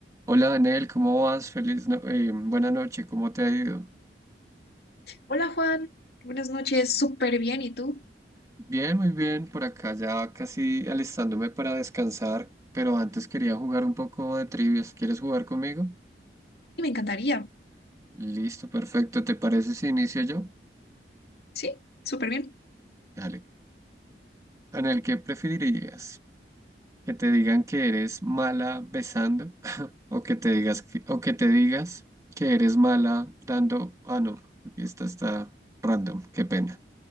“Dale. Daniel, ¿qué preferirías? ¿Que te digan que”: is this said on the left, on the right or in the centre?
Right